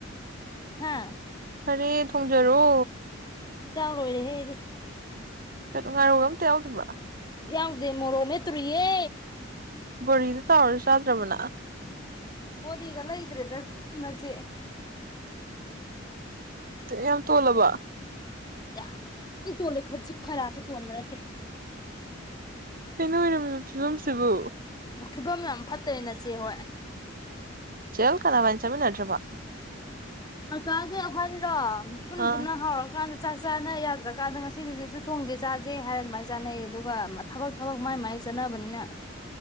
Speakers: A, on the left; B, on the right.
A: ꯍꯥꯥ
B: ꯐꯔꯦ ꯊꯣꯡꯖꯔꯣ
A: ꯆꯥꯛ ꯂꯣꯏꯔꯦ ꯑꯩꯗꯤ
B: ꯀꯩꯅꯣ ꯉꯥꯏꯔꯧꯒ ꯑꯝꯇ ꯌꯥꯎꯗꯕ꯭ꯔꯥ
A: ꯌꯥꯎꯗꯦ ꯃꯔꯣꯛ ꯃꯦꯠꯇꯨꯔꯤꯌꯦ
B: ꯕꯣꯔꯤꯗꯤ ꯇꯥꯥꯎꯔ ꯆꯥꯗ꯭ꯔꯕꯔꯣ
A: ꯕꯣꯔꯤꯒ ꯂꯩꯗꯔꯦꯗ ꯅꯆꯦ
B: ꯌꯥꯝ ꯇꯣꯜꯂꯕ
A: ꯌꯝ ꯇꯣꯜꯂꯦ ꯈꯖꯤꯛ ꯈꯔꯥꯛꯀ ꯇꯣꯟꯕ ꯅꯠꯇꯦ
B: ꯀꯩꯅꯣ ꯑꯣꯏꯔꯝꯃꯤꯕ ꯐꯤꯕꯝꯁꯤꯕꯨ
A: ꯐꯤꯕꯝ ꯌꯥꯝ ꯐꯠꯇꯦ ꯅꯆꯦ ꯍꯣꯏ
B: ꯆꯦꯦꯜ ꯀꯅꯥ ꯋꯥꯏꯟ ꯆꯃꯤ ꯅꯠꯇ꯭ꯔꯕ
A: ꯀꯥꯒꯤꯦ ꯑꯩꯈꯣꯏꯅꯤꯔꯣ ꯄꯨꯟ
B: ꯑꯥ
A: ꯄꯨꯟꯅ ꯍꯧꯔꯛ ꯆꯀꯥꯟꯗ ꯆꯥꯛ ꯆꯥꯅ ꯌꯥꯗ꯭ꯔꯀꯥꯟꯗ ꯉꯁꯤꯗꯤꯁꯦ ꯑꯗꯨ ꯊꯣꯡꯁꯦ ꯆꯥꯖꯦ ꯍꯥꯏꯔ ꯑꯗꯨꯃꯥꯏꯅ ꯆꯥꯅꯩꯌꯦ ꯑꯗꯨꯒ ꯊꯕꯛ ꯊꯕꯛ ꯃꯥꯏ ꯃꯥꯏ ꯆꯠꯅꯕꯅꯤꯅ